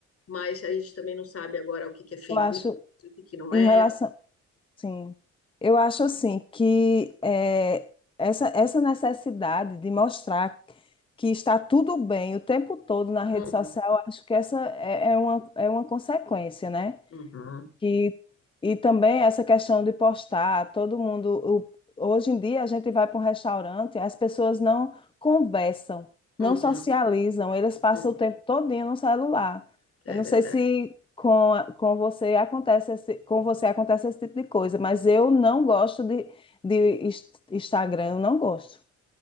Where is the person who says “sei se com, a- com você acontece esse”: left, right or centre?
Left